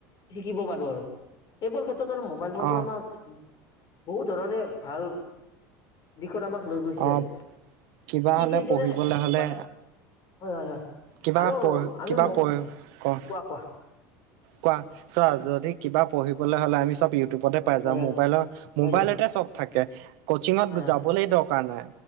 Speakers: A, on the left; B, on the right.
A: শিকিব পাৰো আৰু। সেইবোৰ ক্ষেত্ৰ আৰু মোবাইল ফোনটো
B: অ
A: আমাৰ বহুত ধৰণে ভাল দিশত আমাক লৈ গৈছে
B: অ
A: আৰু।
B: কিবা
A: ঠিক
B: হ'লে
A: সেইদৰে,
B: পঢ়িবলৈ
A: হয়
B: হ'লে
A: হয় হয়।
B: কিবা
A: আৰু
B: পঢ় কিবা
A: আমি ম,
B: পঢ় ক
A: কোৱা কোৱা।
B: কোৱা? চোৱা, যদি কিবা পঢ়িবলে হ'লে আমি চব ইউটিউব তে পাই
A: হয়
B: যাওঁ,
A: হয়
B: মোবাইলৰ মোবাইলতে
A: হয়
B: চব থাকে। কচিঙত
A: হয় হয়
B: যাবলেই দৰকাৰ নাই,